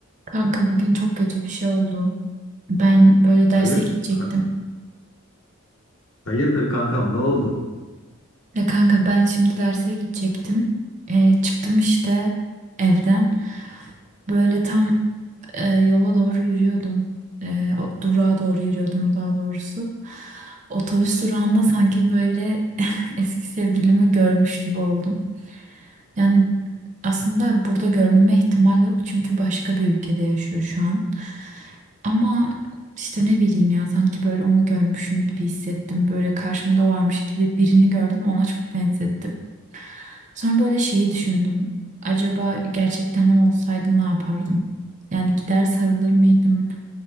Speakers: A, on the right; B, on the left.
A: Kanka bugün çok kötü bir şey oldu. Ben böyle derse
B: Hayır,
A: gidecektim.
B: ha- hayırdır kankam ne oldu?
A: Ya kanka ben şimdi derse gidecektim. Ee, çıktım işte evden. Böyle tam e, yola doğru yürüyordum. Ee, o, durağa doğru yürüyordum daha doğrusu. Otobüs durağında sanki böyle <laughs> eski sevgilimi görmüş gibi oldum. Yani aslında burada görmeme ihtimal yok çünkü başka bir ülkede yaşıyor şu an. Ama işte ne bileyim ya sanki böyle onu görmüşüm gibi hissettim. Böyle karşımda varmış gibi birini gördüm ona çok benzettim. Sonra böyle şeyi düşündüm. Acaba gerçekten o olsaydı ne yapardım? Yani gider sarılır mıydım?